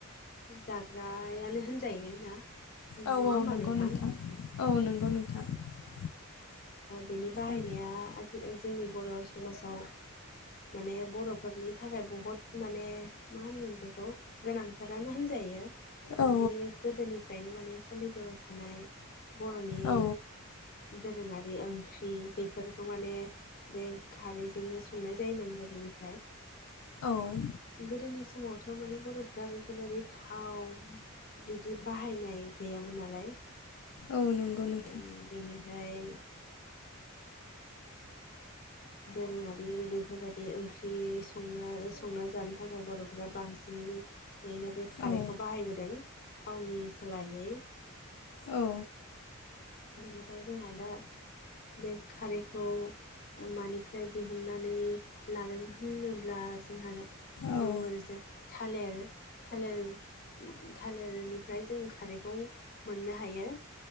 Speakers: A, on the left (about 45°); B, on the left (about 85°).
A: जाग्रायानो होनजायो ना नङा
B: औ
A: होमबा
B: औ नंगौ
A: नोंथां
B: औ <inaudible>
A: बेनि बाहायनाया
B: औ
A: आथिखाल जोंनि बर' समाजाव माने बर'फोरनि थाखाय बहुद माने मा होनगोन बेखौ गोनांथारानो होनजायो
B: औ
A: बे गोदोनिफ्रायनो माने सोलिबोबाय थानाय बर'नि
B: औ
A: दोरोङारि ओंख्रि बेफोरखौ माने बे खारैजोंनो संनाय जायोमोन गोदोनिफ्राय
B: औ
A: गोदोनि समावथ' माने बर'फ्रा बेफोरबायदि थाव बिदि बाहायनाय गैयामोन नालाय
B: औ नंगौ नोंथां
A: ओ बेनिफ्राय दोरोङारि बेफोरबायदि ओंख्रि संना संना जानो थाखाय बर'फोरा बांसिन बे खारैखौ
B: औ
A: बाहायबोदों थावनि सोलायै
B: औ
A: बेनिफ्राय जोंहा दा बे खारैखौ मानिफ्राय दिहुननानै लादों होनोब्ला जोंहा
B: औ
A: दङ जे थालिर थालिर थालिरनिफ्राय जों खारैखौ मोननो हायो